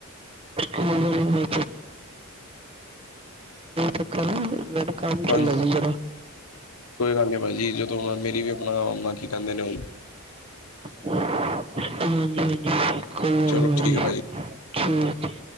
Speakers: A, on the right; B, on the left.
A: ਹੋ ਬੁਰ ਦੇ ਤੱਕ ਨਾ <unintelligible> ਕੰਮ
B: ਹਾਂਜੀ
A: ਚੱਲਦਾ ਸੀ ਜਰਾ
B: ਕੋਈ ਗੱਲ ਨੀ ਭਾਜੀ ਜਦੋਂ ਮਰ ਵੀ ਆਪਣਾ ਕੀ ਕਹਿੰਦੇ ਨੇ ਉਹ
A: ਹਾਂਜੀ ਹਾਂਜੀ ਕੋਈ ਗੱਲ
B: ਚਲੋ ਠੀਕ
A: ਨੀ
B: ਹੈ
A: ਭਾਜੀ ਛੇਤੀ